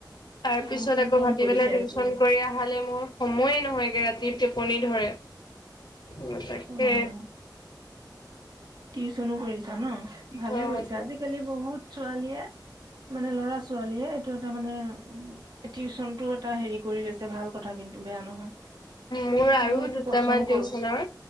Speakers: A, on the left; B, on the right.
A: তাৰপিছত
B: বহুত
A: আকৌ
B: গৰম
A: ভাতিবেলা
B: পৰিছে
A: টিউচন
B: আজি।
A: কৰি মোৰ সময়ে নহয়গে, ৰাতি টেপনি ধৰে। অ' তাকে।
B: অ', টিউচনো কৰিছা ন, ভালে
A: অ'
B: কৰিছা আজিকালি বহুত ছোৱালীয়ে মানে ল'ৰা ছোৱালীয়ে এইটো এটা মানে, টিউচন টো এটা হেৰি কৰি লৈছে। ভাল কথা কিন্তু বেয়া নহয়।
A: মোৰ আৰু
B: মই সেইটো
A: দুটামান
B: পচন্দ কৰো
A: টিউচনৰ